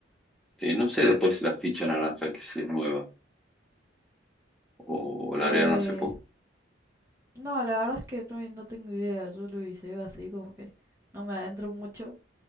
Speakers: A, in the centre; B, on the right (about 15°).
A: eh, no sé, después la ficha naranja que sí es nueva, o la
B: Eh,
A: agregaron hace poco.
B: No, la verdad es que no, no tengo idea, yo lo viseo así como que no me adentro mucho.